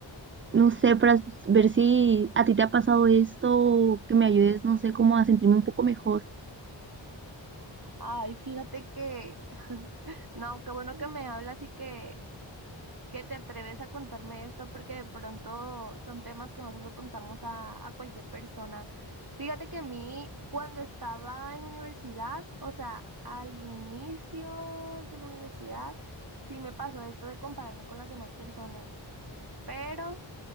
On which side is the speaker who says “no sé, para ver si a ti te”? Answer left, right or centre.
Right